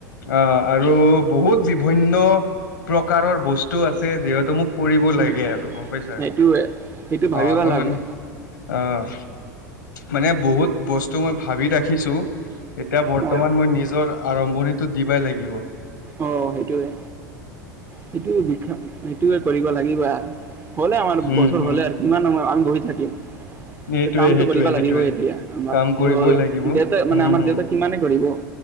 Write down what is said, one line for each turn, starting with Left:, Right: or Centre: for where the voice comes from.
Left: অঁ আৰু বহুত বিভিন্ন প্ৰকাৰৰ বস্তু আছে যিহেতু মোক- কৰিব
Right: উম,
Left: লাগে আৰু গম পাইছা।
Right: সেইটোৱে সেইটো ভাবিবা
Left: অঁ মই
Right: লাগে
Left: মানে- অঁ মানে বহুত বস্তু মই ভাবি থাকো। এতিয়া বৰ্তমান
Right: অ',
Left: মই নিজৰ আৰম্ভণিটো দিবই লাগিব ন'।
Right: অ', সেইটোৱে। সেইটোৱে সেইটোৱে কৰিব লাগিব আৰু। হ'লে আমাৰ
Left: উম
Right: বছৰ
Left: হম
Right: হ'লে আৰু। কিমান আমাৰ আমি- কামতটো
Left: সেইটোৱে সেইটোৱে
Right: কৰিব
Left: সেইটোৱে
Right: লাগিবই এতিয়া, বাকী
Left: কাম কৰিবই
Right: হ'ল।
Left: লাগিব
Right: দেউতা মানে
Left: উম
Right: আমাৰ
Left: হম
Right: দেউতা কিমানে কৰিব